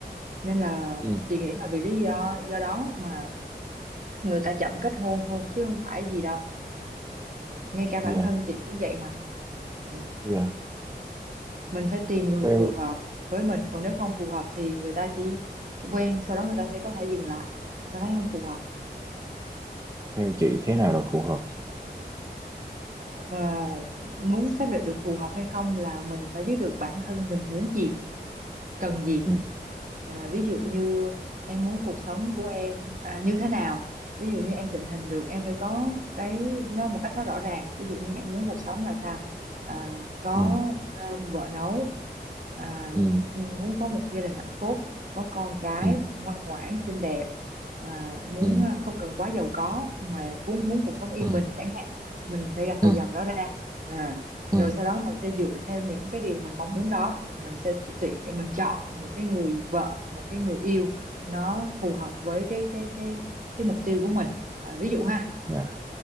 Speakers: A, on the right; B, on the right.
A: nên là
B: Ừ.
A: chị nghĩ là vì lý do do đó mà người ta chậm kết hôn thôi chứ không phải gì đâu ngay cả bản
B: dạ
A: thân chị cũng vậy mà ừ.
B: dạ
A: mình phải tìm người
B: theo
A: phù hợp với mình còn nếu không phù hợp thì người ta chỉ quen sau đó người ta sẽ có thể dừng lại người ta thấy không phù hợp
B: theo chị thế nào là phù hợp
A: Ờ, muốn xác định được phù hợp hay không là mình phải biết được bản thân mình muốn gì cần gì
B: ừ
A: à, ví dụ như em muốn cuộc sống của em à, như thế nào ví dụ như em định hình được em phải có cái nó một cách nó rõ ràng ví dụ như em muốn cuộc sống là sao à, có
B: ừ
A: cơm vợ nấu à,
B: ừ
A: muốn có một gia đình hạnh phúc có con cái
B: ừ
A: ngoan ngoãn xinh đẹp à, muốn
B: ừ
A: à, không cần quá giàu có mà cũng muốn cuộc sống yên
B: ừ ừ
A: bình chẳng hạn mình sẽ gạch đầu
B: ừ
A: dòng đó ra À,
B: ừ.
A: rồi sau đó mình sẽ dựa theo những cái điều mình mong muốn đó mình sẽ tuyển mình chọn một cái người vợ một cái người yêu nó phù hợp với cái cái cái cái mục tiêu của mình à, ví dụ ha
B: dạ